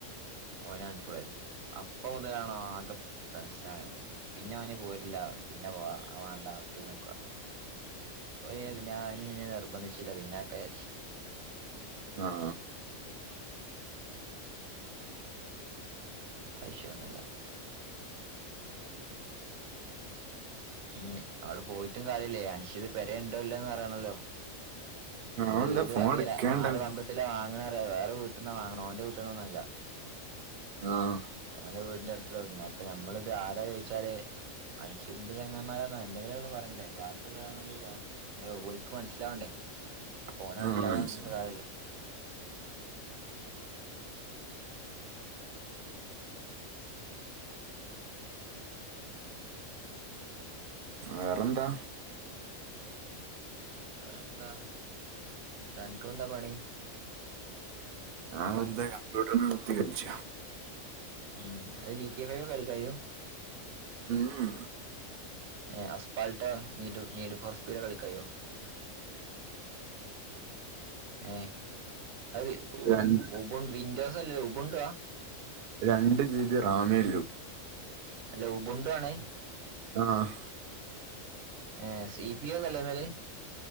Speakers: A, on the right; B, on the right.
A: ഓന് അൻഫൊളെയ്ത് അപ്പൊ മുതലാണോകെ ടെൻഷനായെ. പിന്നെ ഓന് പോരില്ല പിന്നെ പോവാ അവാണ്ടാത് ന്നൊക്കെ പറഞ്ഞ്. ഒപിന്നെ ഞാനുംപിന്നെ നിർബന്ധിച്ചില്ല പിന്നാക്കയെരിച്ചി
B: ആഹ്.
A: അത്‌ വിശയന്നൂല്ല ഉഹ് അവിടെ പോയിട്ടു കാര്യല്ലേ അൻഷിത് പെരേ ഉണ്ടോ ല്ലെന്നറിയണല്ലോ. നമ്മൾ
B: അവന്താ
A: ഏത്
B: ഫോൺ
A: വകീല
B: എടുക്കേണ്ടല്ലോ
A: ആര ബന്ധത്തില വാങ്ങണറിയ വേറെ വീട്ട്ന്നാ വാങ്ങ്ണ ഓന്റെ വീട്ടിന്നൊന്നുല്ല.
B: ആഹ്
A: ഓന്റെ വീടിന്റടുത്തുള്ള വിട്ട്ന്ന അപ്പൊ നമ്മള്ത് ആരാ ചോയിച്ചാല് അൻഷിതിന്റെ ചെങ്ങായിമാരോന്നോ എന്തെങ്കിലൊന്ന് പറണ്ടേ ക്ലാസ്സുല്ലോളെങ്കി പറയണ്ടേ ല്ല ഓല്ക്ക് മനസ്സിലാവണ്ടേ ഓനവിടെ
B: ആ
A: ഇല്ലാർഞ്ഞ്ട്ട്
B: മനസ്സിലായി.
A: കാര്യല്ല
B: വേറെന്താ
A: വേറെന്താ തൻക്ക് വെന്താ പണി
B: ഞാ വെറുതെ കമ്പ്യൂട്ടറ്‌ല് കുത്തിക്കൾച്ച
A: ഉംഅയിൽ ജി കെ ഫൈവ് കളിക്കായ്യൂ?
B: മ് ഉം
A: ഏഹ് Asphalt need need for speed കളിക്കായ്യോ ഏഹ് അത് ഉ
B: രണ്ട്
A: ഉപൻ വിൻഡോസല്ലലേ ഉബുണ്ടുആ
B: രണ്ട് ജി ബി റാമേല്ലൂ
A: അല്ല ഉപണ്ടുആണേ
B: ആഹ്
A: ഏഹ് സി പി ഒ ല്ലെന്നാല്